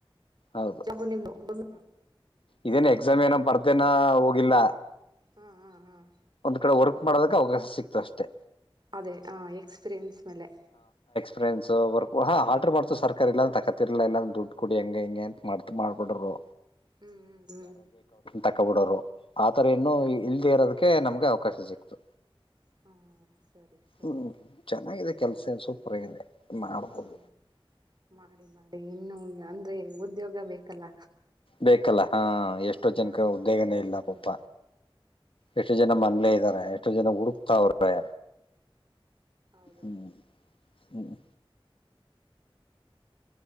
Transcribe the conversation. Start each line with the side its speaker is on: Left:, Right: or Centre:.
Left: ಹೌದು
Right: ಜಾಬ್ ನಿಮ್ದು
Left: ಇದೇನ್ ಎಕ್ಸಾಮ್ ಏನ ಬರ್ದೇನ ಹೋಗಿಲ್ಲ.
Right: ಹ್ಮ್ ಹ್ಮ್ ಹ್ಮ್
Left: ಒಂದ್ ಕಡೆ ವರ್ಕ್ ಮಾಡೋದಕ್ಕೆ ಅವಕಾಶ ಸಿಕ್ತು ಅಷ್ಟೇ
Right: ಅದೇ ಹ ಎಕ್ಸ್ಪಿರಿಯನ್ಸ್ ಮೇಲೆ
Left: ಫ್ರೆಂಡ್ಸ್ ವರ್ ಹಾ ಆರ್ಡರ್ ಮಾಡ್ತ ಸರ್ಕಾರ ಇಲ್ಲಂದ ತಕತಿರ್ಲಿಲ್ಲ ಇಾಂದ ದುಡ್ಡು ಕೊಡಿ ಹೆಂಗ ಹಿಂಗೆ ಅಂತ ಮಾಡ್ತ ಮಾಡ್ಬಿಡರು
Right: ಹ್ಮ್ ಹ್ಮ್ ಹ್ಮ್
Left: ತಕ್ಕ ಬಿಡರೋ ಆತರ
Right: ಹ್ಮ್
Left: ಇನ್ನೂ
Right: ಹ್ಮ್
Left: ಇಲ್ದೇ ಇರೋದಕ್ಕೆ ನಮ್ಗೆ ಅವಕಾಶ ಸಿಕ್ತು
Right: ಹ್ಮ ಸರಿ ಸರಿ
Left: ಹ್ಮ್ ಚೆನ್ನಾಗಿದೆ ಕೆಲ್ಸ ಸೂಪರ್ ಆಗಿದೆ ಮಾಡ್ಬೋದು
Right: ಹಾ ಮಾಡಿ ಮಾಡಿ ಇನ್ನು ಅಂದ್ರೆ ಉದ್ಯೋಗ ಬೇಕು ಲ್ಲ
Left: ಬೇಕಲ್ಲ ಹಾ ಎಷ್ಟೋ ಜನಕ
Right: ಬಗ್ಗೆ.
Left: ಉದ್ದೇಗನೇ ಇಲ್ಲ
Right: ಹ್ಮ್
Left: ಪಪ ಎಷ್ಟು ಜನ ಮನ್ಲೇ ಇದ್ದಾರೆ ಎಷ್ಟು ಜನ ಹುಡುಕ್ತಾವ್ರೆ
Right: ಹೌದು
Left: ಹ್ಮ್ ಹ್ಮ್